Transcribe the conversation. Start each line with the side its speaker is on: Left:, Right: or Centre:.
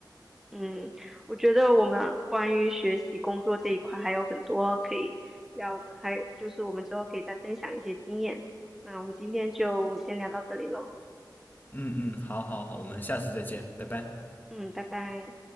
Centre: 嗯，我觉得我们关于学习、工作这一块还有很多可以聊，还有就是我们之后可以再分享一些经验。那我们今天就先聊到这里喽。
Left: 嗯嗯，好好好，我们下次再见，拜拜。
Centre: 嗯，拜拜。